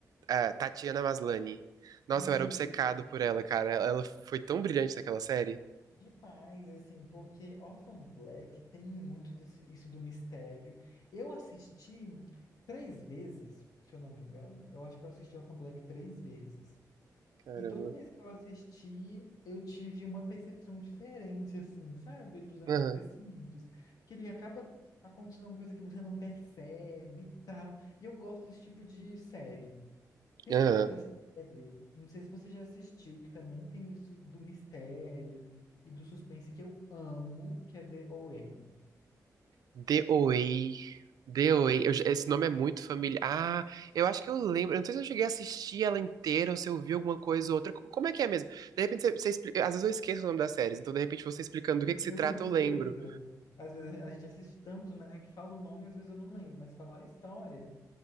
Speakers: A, on the right; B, on the left.
A: a Tatiana Maslany. Nossa,
B: isso.
A: eu era obcecado por ela, cara. Ela ela foi tão brilhante naquela série.
B: Demais, assim, porque Orphan Black tem muito desse- isso do mistério. Eu assisti três vezes, se eu não me engano. Eu acho que eu assisti Orphan Black três vezes.
A: Caramba.
B: E toda vez que eu assisti, eu tive uma percepção diferente, assim, sabe, dos acontecimentos.
A: Aham.
B: Porque ele acaba acontecendo alguma coisa que você não percebe e tal. E eu gosto desse tipo de série. Tem
A: Aham.
B: outra série, não sei se você já assistiu, que também tem isso do mistério e do suspense que eu amo, que é The Away.
A: DOA. DOA. Eu já- esse nome é muito familiar. Ah, eu acho que eu lembro. Eu não sei se eu cheguei a assistir ela inteira ou se eu vi alguma coisa ou outra. Co- Como é que é mesmo? De repente você, você explica. Às vezes eu esqueço o nome das séries, então de repente você explicando do que que se
B: Eu
A: trata,
B: também
A: eu lembro.
B: sou isso. Às vezes a gente assiste tanto, né, que fala o nome, às vezes eu não lembro, mas fala a história.